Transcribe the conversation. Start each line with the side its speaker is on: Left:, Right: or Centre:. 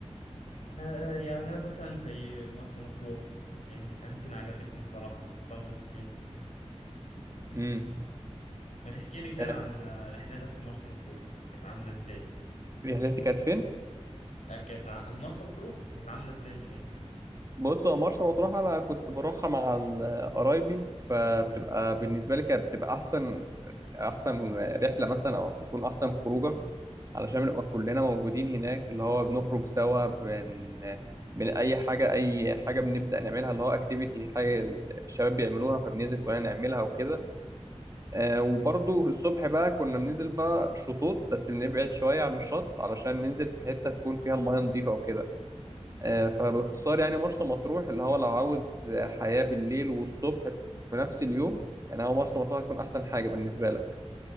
Left: آه، يعني انا مثلا زي مرسى مطروح يعني من الاماكن اللي عجبتني الصراحة رحتها مرتين
Right: امم
Left: ما تحكي لي كده
Right: آه،
Left: عن آه، رحلتك في مرسى مطروح كانت عاملة ازاي؟
Right: رحلتي كانت فين
Left: آه، كانت ع- مرسى مطروح كانت عاملة ازاي هناك؟
Right: بص هو مرسى مطروح انا كنت بروحها مع ال- آه، قرايبي فبتبقى بالنسبه لي كانت بتبقى احسن احسن رحله مثلا او بتكون احسن خروجه علشان بنبقى كلنا موجودين هناك اللي هو بنخرج سوا بن بن اي حاجه اي حاجه بنبدا نعملها اللي هو اكتيفيتي حاجه الشباب بيعملوها فبننزل كلنا نعملها وكده آه وبرضو الصبح بقى كنا بننزل بقى شطوط بس بنبعد شويه عن الشط علشان ننزل في حته تكون فيها الميه نظيفه وكده آه، فباختصار يعني مرسى مطروح اللي هو لو عاوز آه، حياة بالليل والصبح في نفس اليوم يعني هو مرسى مطروح هتكون أحسن حاجة بالنسبة لك